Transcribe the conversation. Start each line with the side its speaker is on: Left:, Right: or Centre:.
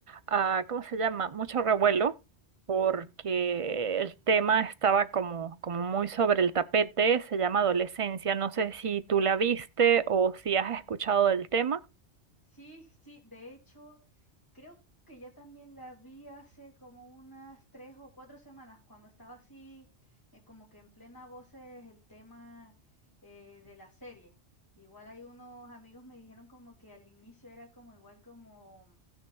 Right: ah, ¿cómo se llama? Mucho revuelo porque el tema estaba como, como muy sobre el tapete. Se llama Adolescencia. No sé si tú la viste o si has escuchado del tema.
Left: Sí, sí, de hecho, creo que yo también la vi hace como unas 3 o 4 semanas, cuando estaba así, eh, como que en plena voces el tema eh, de la serie. Igual hay unos amigos me dijeron como que al inicio era como igual como, o